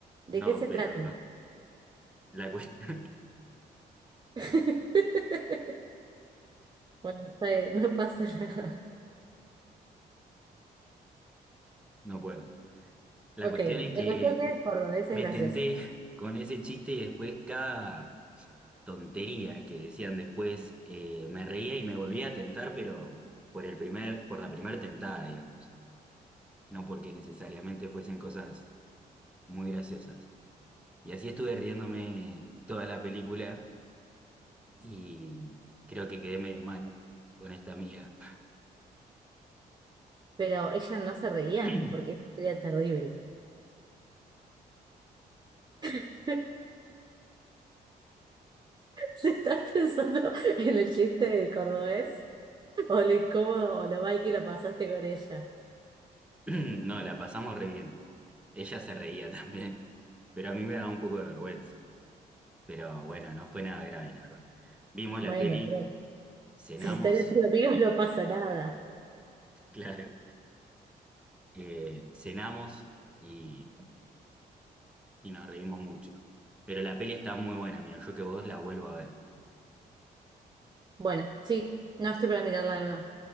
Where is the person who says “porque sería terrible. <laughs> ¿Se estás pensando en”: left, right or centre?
Right